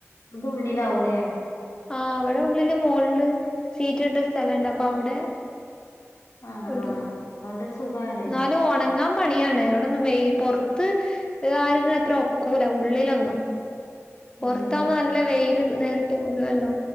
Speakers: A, on the left; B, on the left.
A: ഉള്ളിലാവൂലേ.
B: ആഹ് അവിടെ ഉള്ളില് മോളില് സീറ്റ് ഇട്ട സ്ഥലണ്ട് അപ്പൊ അവിടെ.
A: ആഹ്
B: ഇടും
A: ആഹ് അതോണ്ട് സുഖാണ്
B: എന്നാലും ഒണങ്ങാൻ പണിയാണ് അവിടെന്ന് പൊറത്ത്. ഇ ആരന് അത്ര ഒക്കൂല ഉള്ളിലൊന്നും. പുറത്താകുമ്പോ
A: ഉം
B: നല്ല വെയില് നേരിട്ട് കൊള്ളുവല്ലോ.